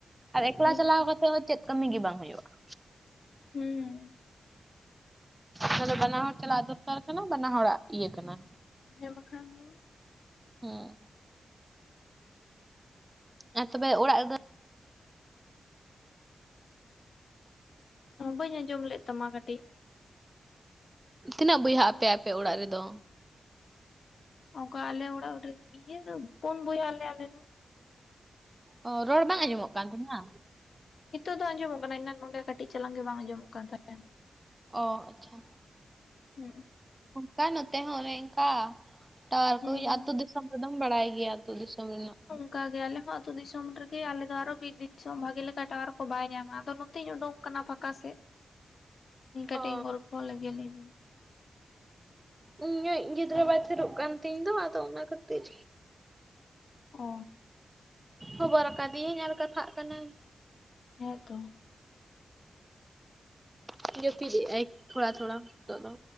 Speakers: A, on the right; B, on the left.
A: ᱟᱨ ᱮᱠᱞᱟ
B: ᱦᱮᱸ
A: ᱪᱟᱞᱟᱣ
B: ᱵᱟᱠᱷᱟᱱ
A: ᱠᱟᱛᱮᱫ ᱦᱚᱸ ᱪᱮᱫ ᱠᱟᱹᱢᱤ ᱜᱮ ᱵᱟᱝ ᱦᱳᱭᱳᱜ-ᱟ᱾
B: ᱦᱩᱸ᱾
A: ᱛᱟᱞᱦᱮ ᱵᱟᱱᱟ ᱦᱚᱲ ᱪᱟᱞᱟᱜ ᱫᱚᱨᱠᱟᱨ ᱠᱟᱱᱟ ᱵᱟᱱᱟ ᱦᱚᱲᱟᱜ ᱤᱭᱟᱹ ᱠᱟᱱᱟ᱾
B: ᱦᱮᱸ ᱵᱟᱠᱷᱟᱱ ᱫᱚ
A: ᱦᱩᱸ᱾ ᱟᱨ ᱛᱚᱵᱮ ᱚᱲᱟᱜ ᱨᱮᱫᱚ
B: ᱵᱟᱹᱧ ᱟᱸᱡᱚᱢ ᱞᱮᱫ ᱛᱟᱢᱟ ᱠᱟᱹᱴᱤᱡ᱾
A: ᱛᱤᱱᱟᱹᱜ ᱵᱚᱭᱦᱟᱜ ᱟᱯᱮ ᱟᱯᱮ ᱚᱲᱟᱜ ᱨᱮᱫᱚ?
B: ᱚᱝᱠᱟ ᱟᱞᱮ ᱚᱲᱟᱜ ᱨᱮᱫᱚ ᱤᱭᱟᱹ ᱯᱩᱱ ᱵᱳᱭᱦᱟᱜ ᱟᱞᱮ ᱟᱞᱮ ᱫᱚ᱾
A: ᱚ ᱨᱚᱲ ᱵᱟᱝ ᱟᱸᱡᱚᱢᱚᱜ ᱠᱟᱱ ᱛᱤᱧᱟᱹ?
B: ᱦᱤᱛᱚᱜ ᱫᱚ ᱟᱸᱡᱚᱢᱚᱜ ᱠᱟᱱᱟ᱾ ᱮᱱᱟᱱ ᱱᱚᱸᱰᱮ ᱠᱟᱹᱴᱤᱡ ᱪᱟᱞᱟᱝ ᱜᱮ ᱵᱟᱝ ᱟᱸᱡᱚᱢᱚᱜ ᱠᱟᱱ ᱛᱟᱦᱮᱸᱱ᱾
A: ᱚ ᱟᱪᱪᱷᱟ᱾
B: ᱦᱩᱸ᱾
A: ᱚᱱᱠᱟ ᱱᱚᱛᱮ ᱦᱚᱸ ᱚᱱᱮ ᱚᱝᱠᱟ᱾ ᱴᱟᱣᱟᱨ
B: ᱦᱩᱸ
A: ᱠᱚ ᱦᱩᱭ ᱟᱹᱛᱩ ᱫᱤᱥᱚᱢ ᱨᱮᱫᱚᱢ ᱵᱟᱲᱟᱭ ᱜᱮᱭᱟ ᱟᱹᱛᱩ ᱫᱤᱥᱚᱢ ᱨᱮᱱᱟᱜ᱾
B: ᱚᱱᱠᱟ ᱜᱮ ᱟᱞᱮᱦᱚᱸ ᱟᱹᱛᱩ ᱫᱤᱥᱚᱢ ᱨᱮᱜᱮ ᱟᱞᱮᱫᱚ ᱟᱨᱚ ᱫᱤᱥᱚᱢ ᱵᱷᱟᱜᱮ ᱞᱮᱠᱟ ᱴᱟᱣᱟᱨ ᱠᱚ ᱵᱟᱭ ᱧᱟᱢᱟ᱾ ᱟᱫᱚ ᱱᱚᱛᱮᱧ ᱳᱰᱤᱝ ᱠᱟᱱᱟ ᱯᱷᱟᱸᱠᱟ ᱥᱮᱫ ᱤᱧ ᱠᱟᱹᱴᱤᱡ
A: ᱚ
B: ᱤᱧ ᱜᱚᱞᱯᱚ ᱞᱮᱜᱮ ᱞᱟᱹᱭ ᱫᱤᱧ᱾
A: ᱤᱧ ᱤᱡ ᱜᱤᱫᱽᱨᱟᱹ ᱵᱟᱭ ᱛᱷᱤᱨᱚᱜ ᱠᱟᱱ ᱛᱤᱧ ᱫᱚ ᱟᱫᱚ ᱚᱱᱟ ᱠᱷᱟᱹᱛᱤᱨ
B: ᱚ᱾
A: ᱦᱚᱵᱚᱨ ᱟᱠᱟᱫᱤᱭᱟᱹᱧ ᱟᱨ ᱠᱟᱛᱷᱟᱜ ᱠᱟᱱᱟᱹᱧ᱾
B: ᱦᱮᱸ ᱛᱚ᱾
A: ᱦᱩᱸ ᱡᱟᱹᱯᱤᱫ ᱮᱜᱟᱭ ᱛᱷᱚᱲᱟ ᱛᱷᱚᱲᱟ ᱦᱤᱛᱚᱜ ᱫᱚ᱾